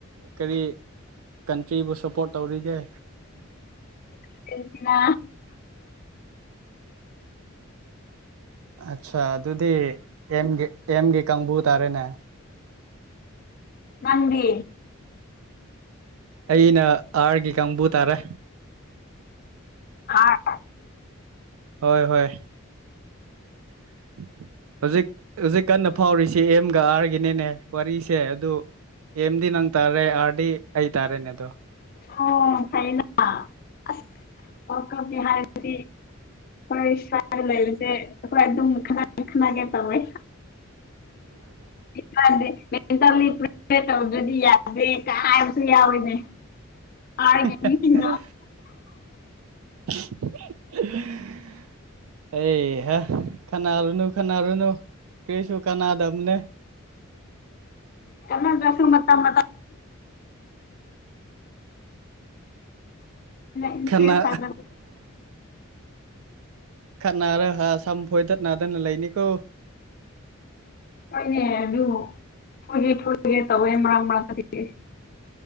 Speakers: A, on the right (about 75°); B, on the left (about 45°).
A: ꯀꯔꯤ ꯀꯟꯇ꯭ꯔꯤꯕꯨ ꯁꯞꯄꯣꯔꯠ ꯇꯧꯔꯤꯒꯦ
B: ꯑꯔꯖꯦꯟꯇꯤꯅꯥ
A: ꯑꯆꯥ ꯑꯗꯨꯗꯤ ꯑꯦꯝꯒꯤ ꯑꯦꯝꯒꯤ ꯀꯥꯡꯕꯨ ꯇꯥꯔꯦꯅꯦ
B: ꯅꯪꯗꯤ
A: ꯑꯩꯅ ꯑꯥꯔꯒꯤ ꯀꯥꯡꯕꯨ ꯇꯥꯔꯦ
B: ꯑꯥꯔ
A: ꯍꯣꯏ ꯍꯣꯏ <inaudible> ꯍꯧꯖꯤꯛ ꯍꯧꯖꯤꯛ ꯀꯟꯅ ꯐꯥꯎꯔꯤꯁꯤ ꯑꯦꯝꯒ ꯑꯥꯔꯒꯤꯅꯤꯅꯦ ꯋꯥꯔꯤꯁꯦ ꯑꯗꯨ ꯑꯦꯝꯗꯤꯟ ꯅꯪ ꯇꯥꯔꯦ ꯑꯥꯔꯗꯤ ꯑꯩ ꯇꯥꯔꯦꯅꯦ ꯑꯗꯣ
B: <unintelligible> ꯑꯁ ꯋꯥꯔꯜꯗ ꯀꯞꯀꯤ ꯍꯥꯢꯔꯗꯤ ꯑꯩꯈꯣꯢ ꯁꯋ꯭ꯥꯢꯗ ꯂꯩꯔꯤꯁꯦ ꯑꯩꯈꯣꯢ ꯑꯗꯨꯝ ꯈꯠꯅꯒꯦ ꯈꯠꯅꯒꯦ ꯇꯧꯋꯦ <unintelligible> ꯏꯟꯇꯔꯅꯦꯠ <unintelligible> ꯇꯧꯗ꯭ꯔꯗꯤ ꯌꯥꯗꯦ ꯀ ꯍꯥꯢꯕꯁꯨ ꯌꯥꯎꯋꯤꯅꯦ
A: <unintelligible>
B: ꯑꯥꯔꯒꯤ ꯃꯤꯁꯤꯡꯅ
A: <unintelligible> ꯑꯩ ꯍꯥ ꯈꯅꯥꯔꯨꯅꯨ ꯈꯅꯥꯔꯨꯅꯨ ꯀ꯭ꯔꯤꯁꯨꯨ ꯀꯅꯥꯗꯝꯅꯦ
B: ꯀꯅꯥꯗ꯭ꯔꯁꯨ ꯃꯇꯝ <unintelligible> <unintelligible> ꯏꯟꯇ꯭ꯔꯦꯁ
A: ꯈꯠꯅ
B: <unintelligible>
A: ꯈꯠꯅꯔꯍ ꯁꯝꯐꯣꯏꯗꯠ ꯅꯥꯗꯅ ꯂꯩꯅꯤꯀꯣ
B: ꯍꯣꯏꯅꯦ ꯑꯗꯨ ꯐꯦꯢꯒꯦ ꯐꯣꯢꯒꯦ ꯇꯧꯋꯦ ꯃꯔꯛ ꯃꯔꯛꯇꯗꯤ